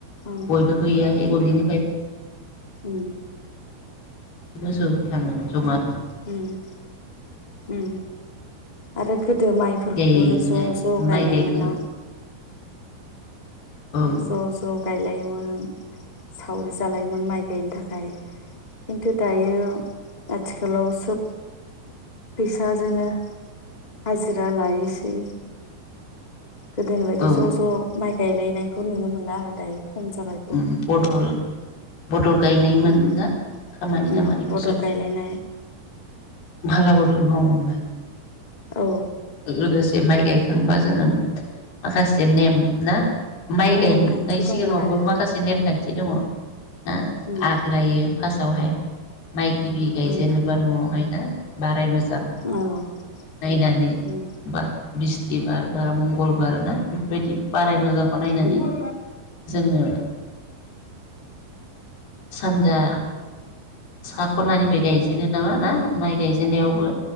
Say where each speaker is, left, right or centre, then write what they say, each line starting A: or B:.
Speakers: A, on the left; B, on the left.
A: उम
B: बयबो हैया है गलि निफाय
A: उम।
B: मोसौ। थाङोमोन ज'मानो
A: उम उम आरो गोदो माइफोरखौबो
B: गायनाय
A: ज'ज'
B: माइ
A: गायलायोमोन
B: गायखां
A: ना?
B: औ
A: ज' ज' गायलायोमोन। मोन सावरि जालायोमोन माइ गायनो थाखाय खिन्थु दायो। आथिखा आथिखालाव सोब फैसाजोंनो हाजिरा लायोसै। गोदोनि बायदि
B: औ
A: ज' ज' माइ गायलायनायखौ नुनो मोनला आरो दायो। खम जाबाय बहुद
B: उम बदल बद गायनाय मोन
A: उम
B: ना खामानि
A: उम
B: दामानिखौ
A: बदल
B: सोब
A: गायलायनाय
B: फाला
A: उम
B: बदल मावोमोन
A: औ
B: लोगोसे माइ गायखांबा जोङो माखासे नेम ना माइ गायनाय
A: नेमखान्थि
B: सिगाङावबो
A: दंमोन आरो
B: माखासे नेमखान्थि दङ ना आ
A: उम
B: आग्लायो फास्तावहाय माइ गिबि गायजेेनोबा
A: उम
B: न'आवहाय ना बाराय मोजां
A: औ उम
B: नायनानै
A: उम
B: बा बिस्थिबार बा मंगलबार ना बेफोरबायदि बाराय मोजां। खौ नायनानै
A: उम औ उम औ नंगौ औ
B: जोङो सानजा सा खनानिफ्राय गायजेनो नामा ना माइ गायजेन्नायावबो